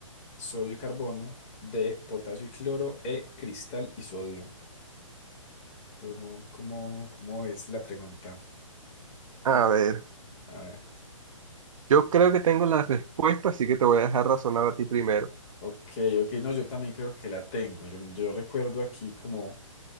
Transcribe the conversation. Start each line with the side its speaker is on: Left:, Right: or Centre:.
Left: sodio y carbono. D, potasio y cloro. E, cristal y sodio. ¿Tú cómo, cómo es la pregunta? Bien.
Right: A ver,
Left: A ver.
Right: yo creo que tengo la respuesta, así que te voy a dejar razonar a ti primero.
Left: Ok, ok, no, yo también creo que la tengo. Yo, yo recuerdo aquí como